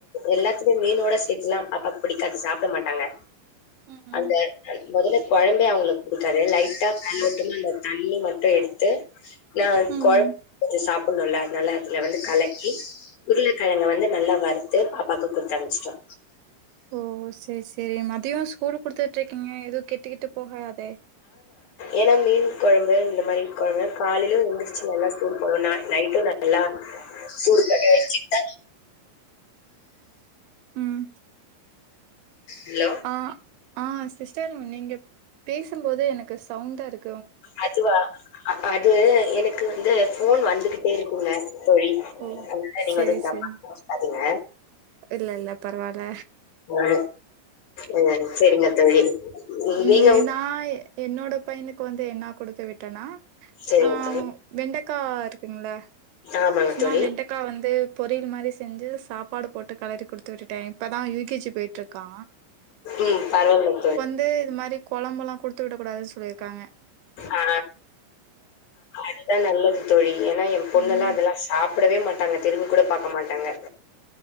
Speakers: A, on the left (about 65°); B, on the right (about 80°).
A: எல்லாத்துக்கு மீனோட சேர்த்துள்ளா பாப்பாக்கு பிடிக்காது சாப்ட மாட்டாங்க
B: ம்
A: அந்த முதல்ல குழம்பே அவங்களுக்கு புடிக்காது லைட்டா மெலோட்டுமா அந்த தண்ணி மட்டு எடுத்து நா
B: ம்
A: குழம்ப
B: ம்
A: ஊத்தி சாப்டணும்ல அதுனால அதுல வந்து கலக்கி உருளக்கிழங்க வந்து நல்லா வறுத்து பாப்பாக்கு குடுத்த அனும்ச்சுட்டோ
B: ஓ சேரி சரி மதியோ ஸ்கூல் குடுத்துட்டு இருக்கீங்க எதுவு கெட்டுக்கிட்டு போகாதே
A: ஏன்னா மீன் குழம்பு இந்த மாரி குழம்பு காலையிலு எந்திரிச்சு நல்லா சூடுபண்ணனு நைட்டு நல்லா சுடு பண்ணி வைச்சி கிட்டா
B: ம்
A: ஹலோ
B: ஆ ஆ சிஸ்டர் நீங்க பேசும்போதே எனக்கு சவுண்டா இருக்
A: அதுவா அ அது எனக்கு வந்து ஃபோன் வந்துகிட்டே இருக்குங்க தோழி
B: ஓ
A: அதனால நீங்க
B: செரி
A: எது தப்பா
B: செரி
A: நனச்சுக்காதீங்க
B: இல்ல இல்ல பரவால்ல
A: ஆ ஓ செரிங்க தோழி
B: ம்
A: நீங்க
B: ஏ
A: வந்து-
B: நா என்னோட பையனுக்கு வந்து என்ன கொடுத்து விட்டேனா
A: சரிங்க
B: ஆ
A: தோழி
B: வெண்டக்கா. இருக்குங்கள
A: ஆமாங்க
B: சும்மா
A: தோழி
B: வெண்டக் க்கா வந்து பொரியில் மாரி செ செஞ்சு சாப்பாடு போட்டு களறி கொடுத்து விட்டுடே இப்பதா யு கே ஜி போயிட்டுருக்கா
A: ம் பரவால்ல தோழி
B: வந்து இது மாரி கொழம்பல்லா கொடுத்து விடக் கூடாதுன் சொல்லிருக்காங்க
A: ஆ அதுதா நல்லது தோழி ஏன்னா எ பொண்ணு
B: ம்
A: எல்லா அதல்லா சாப்டவே மாட்டாங்க திரும்பி கூட பாக்க மாட்டாங்க